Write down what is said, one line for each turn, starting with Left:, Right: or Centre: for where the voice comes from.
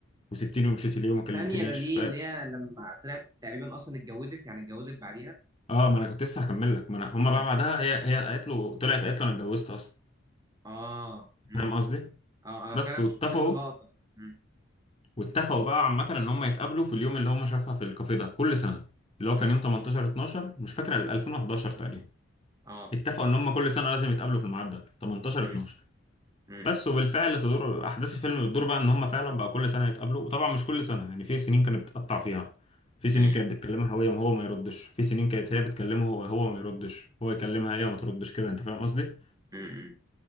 Left: وسبتيني ومشيتي ليه وما كلمتنيش
Right: ثانية ده دي
Left: ف...
Right: اللي هي لما طلعت تقريبا أصلا اتجوزت يعني اتجوزت بعديها
Left: اه ما انا كنت لسه هكمل لك ما انا هما
Right: اه
Left: بقى بعدها هي هي قالت له طلعت قالت له انا اتجوزت اصلا
Right: اه امم
Left: فاهم قصدي
Right: اه أنا
Left: بس
Right: فعلا
Left: واتفقوا
Right: شفت له لقطة امم
Left: واتفقوا بقى عامة ان هم يتقابلوا في اليوم اللي هم شافها في الكافيه ده كل سنة اللي هو
Right: امم
Left: كان يوم 18 12 مش فاكر 2011 تقريبا
Right: اه
Left: اتفقوا ان هم كل سنة لازم يتقابلوا في الميعاد ده 18
Right: امم
Left: 12
Right: امم
Left: بس وبالفعل تدور احداث الفيلم بتدور بقى ان هم فعلا بقى كل سنة يتقابلوا وطبعا مش كل سنة يعني في سنين كانت بتقطع فيها في سنين
Right: امم
Left: كانت بتكلمها هو وهو ما يردش في سنين كانت هي بتكلمه هو هو ما يردش هو يكلمها هي ما تردش كده انت فاهم قصدي
Right: امم